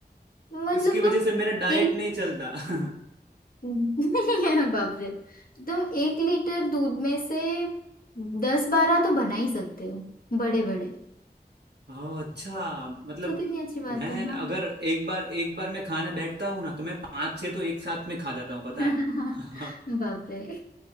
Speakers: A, on the left; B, on the right.
A: मतलब
B: इसकी
A: तो
B: वजह से मेरा डाइट
A: एक
B: नहीं चलता <laughs>
A: <laughs> बाप रे तुम एक लीटर दूध में से दस बारह तो बना ही सकते हो बड़े बड़े
B: ओह अच्छा मतलब
A: तो कितनी अच्छी बात
B: मैं
A: है हाँ
B: अगर एक बार एक बार मैं खाने बैठता हूँ ना तो मैं पांच छह तो एक साथ में खा जाता हूँ पता
A: <laughs>
B: है
A: बाप रे